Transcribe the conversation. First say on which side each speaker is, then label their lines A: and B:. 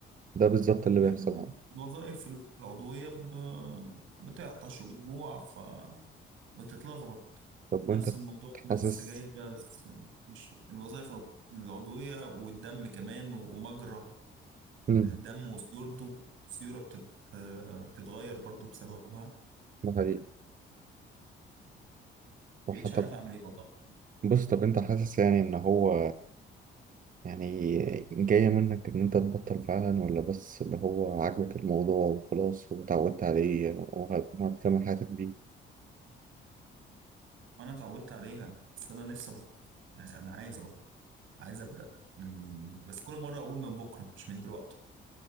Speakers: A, on the right (about 45°); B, on the right (about 80°).
A: ده بالظبط اللي
B: يعني
A: بيحصل
B: الوظائف العضويه ب- بتعطش وبتجوع بتتلخبط
A: طب
B: نفس
A: وأنت
B: الموضوع كده
A: حاسس
B: في السجاير بقى بس مش الوظائف العضوية والدم كمان ومجرى
A: مم.
B: الدم وسيولته السيولة بتت... آه، بتتغير برضو بسببها
A: ده حقيقي
B: مبقتش
A: وحتى
B: عارف أعمل إيه والله
A: بص طب أنت حاسس يعني إن هو يعني جاية منك إن أنت تبطل فعلا ولا بس اللي هو عاجبك الموضوع وخلاص واتعودت عليه وهتكمل حياتك بيه
B: وأنا اتعودت عليها بس أنا نفسي أبطل يعني أنا عايز أبطل عايز أبدأ من- بس كل مرة أقول من بكرة مش من دلوقتي